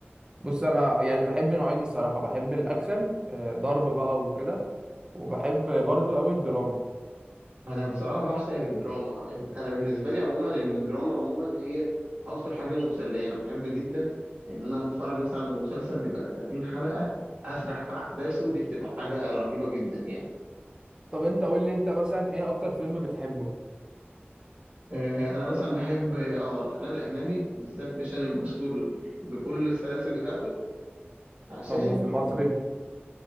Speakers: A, on the right; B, on the right.
A: بص انا يعني بحب نوعين الصراحه بحب الاكشن آه، ضرب بقى وكده وبحب برضو قوي الدراما
B: انا بصراحه بعشق الدراما أنت- انا بالنسبه لي عموما ان الدراما عموما هي اكتر حاجه مسليه انا بحب جدا ان انا اتفرج مثلا على مسلسل بيبقى 30 حلقه اسرح في احداثه دي بتبقى حاجه رهيبه جدا يعني
A: طب انت قول لي انت مثلا ايه اكتر فيلم بتحبه
B: آه، انا مثلا بحب اه الافلام الاجنبي بالذات ميشن امبوسيبل بكل السلاسل بتاعته عشان
A: طب وفي المصري